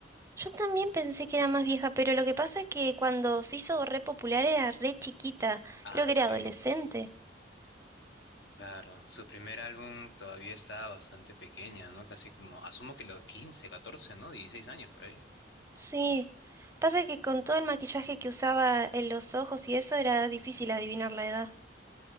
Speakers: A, on the right; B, on the left.
A: Yo también pensé que era más vieja, pero lo que pasa es que cuando se hizo re popular era re chiquita,
B: Ah,
A: creo que era
B: sí.
A: adolescente.
B: Claro, su primer álbum todavía estaba bastante pequeña, ¿no? Casi como, asumo que los 15, 14, ¿no? 16 años por ahí. <laughs>
A: Sí, pasa que con todo el maquillaje que usaba en los ojos y eso era difícil adivinar la edad.